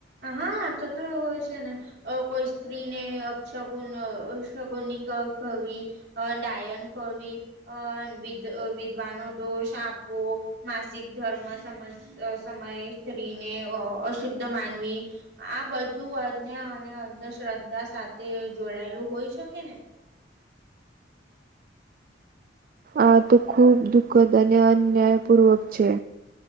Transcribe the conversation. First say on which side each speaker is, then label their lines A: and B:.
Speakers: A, on the right; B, on the right.
A: હા થતો હોય છે ને. અ કોઈ સ્ત્રીને અક્ષગુન અપશગુન કવી અ ડાયન કવિ અ વિ વિધ્વાનો દોષ આપવો માસિક ધર્મ સમ સમયે સ્ત્રીને અશુદ્ધ માનવી. આ બધું અજ્ઞા અને અંધશ્રદ્ધા સાથે જોડાયેલું હોય શકે ને.?
B: આ તો ખૂબ દુઃખદ અને અન્યાયપૂર્વક છે.